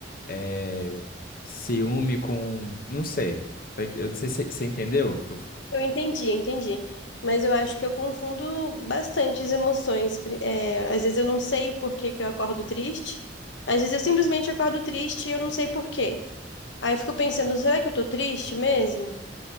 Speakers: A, on the left (about 50°); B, on the left (about 75°).
A: é, ciúme com, não sei. Eu não sei se você entendeu?
B: Eu entendi, eu entendi. Mas eu acho que eu confundo bastante as emoções. Pri- é, às vezes eu não sei por que que eu acordo triste. Às vezes eu simplesmente acordo triste e eu não sei por quê. Aí eu fico pensando, será que eu tô triste mesmo?